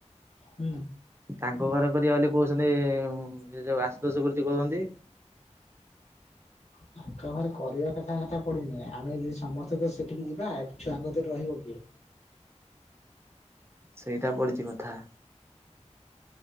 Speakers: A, on the left; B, on the right.
A: ହୁଁ
B: ତାଙ୍କ ଘର କରିବା ବୋଲି କହୁଛନ୍ତି ଯେ ଯୋଉ ଆଶୁତୋଷ କରିଛି କହୁଛନ୍ତି।
A: ତାଙ୍କ ଘରେ କରିବା କଥା କତା ପଡିିନି ଆମେ ଯଦି ସମସ୍ତେ ତ ସେଠିକି ଯିବା ଏଠି ଛୁଆଙ୍କ କତିରେ ରହିବ କିଏ?
B: ସେଇଟା ପଡିଛି କଥା।